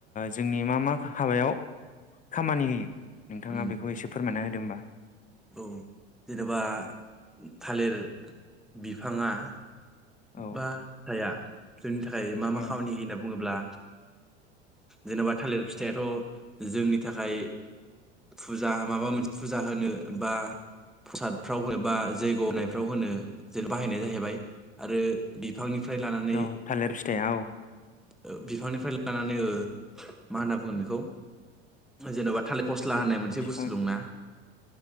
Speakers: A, on the left (about 25°); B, in the centre.
A: जोंनि मा मा हाबायाव खामानि होयो? नोंथाङा
B: उम
A: बेखौ एसे फोरमायना होदो होमबा।
B: औ जेनबा थालिर बिफाङा
A: औ
B: बा थाया जोंनि थाखाय मा मा
A: उम
B: खामानि होयो होनना बुङोब्ला जेन'बा थालिर फिथाइ आथ' जोंनि थाखाय फुजा होनोबा माबा मोनसे फुजा होनो बा प्रसादफ्राव एबा जैग' होनायफ्राव होनो जों बाहायनाय जाहैबाय आरो बिफांनिफ्राय लानानै
A: औ थालिर फिथाइया औ
B: ओ बिफांनिफ्राय ला लानानै ओ मा होनना बुंगोन बिखौ जेनबा थालिर फस्ला होननाय मोनसे
A: बिफां
B: बुस्थु दंना।